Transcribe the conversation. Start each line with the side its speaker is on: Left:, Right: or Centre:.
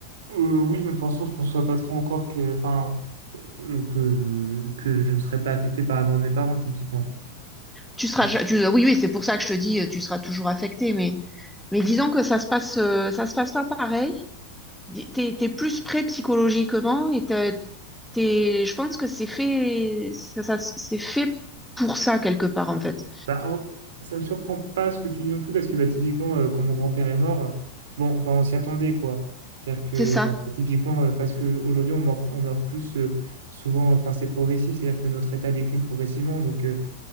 Right: euh, oui, mes pensons, je ne conçois pas trop encore que, enfin, euh, que, que je ne serais pas affecté par la mort de mes parents, typiquement.
Centre: Tu seras,
Right: Enfin,
Centre: ja- tu- ah oui, oui, c'est pour ça que je te dis, euh, tu seras toujours affecté, mais, mais disons que ça se passe, euh, ça se passe pas pareil. D- T'es, t'es plus prêt psychologiquement et t'as- t'es, je pense que c'est fait, ça, ça- c'est fait pour ça quelque part, en fait.
Right: Bah, en- ça me surprend pas ce que tu dis non plus, parce que bah, typiquement, euh, quand mon grand-père est mort, bon, enfin, on s'y attendait, quoi. C'est-à-dire que,
Centre: C'est ça.
Right: bah, typiquement, euh, parce qu'aujourd'hui, on meurt, on meurt plus euh, souvent, enfin, c'est progressif, c'est-à-dire que notre état décline progressivement. Donc, euh,